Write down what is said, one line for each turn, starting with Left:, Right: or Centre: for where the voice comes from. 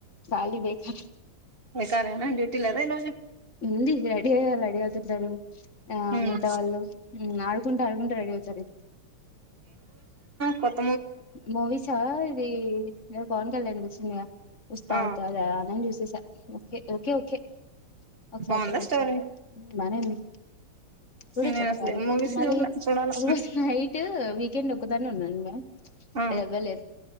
Left: ఖాళీ బేకార్
Right: బేకారేనా డ్యూటీ లేద ఈ రోజు
Left: ఉంది రెడీ అయ్యేలా రెడీ అవుతుంటారు. ఆ
Right: హ్మ్
Left: మిగతా వాళ్ళు ఆడుకుంట ఆడుకుంట రెడీ అవుతారు ఇ
Right: కొత్
Left: మూవీసా ఇది మీరు పవన్ కళ్యాణ్ వచ్చిందిగా <unintelligible>
Right: ఆ
Left: చూసేసా ఓకే ఓకే ఓకే ఒకసారి
Right: బాగుందా
Left: చూడొచ్చు
Right: స్టోరీ
Left: బనే ఉంది చూడొచ్చు
Right: నేను
Left: ఒకసారి
Right: అసలు ఏం మూవీస్
Left: మళ్ళీ
Right: చూడలే చూడాల
Left: ఒక రోజు నైట్ వీకెండ్ ఒక్కదాన్నే ఉన్నా నువ్వ
Right: ఆ
Left: ఎవ్వలేరు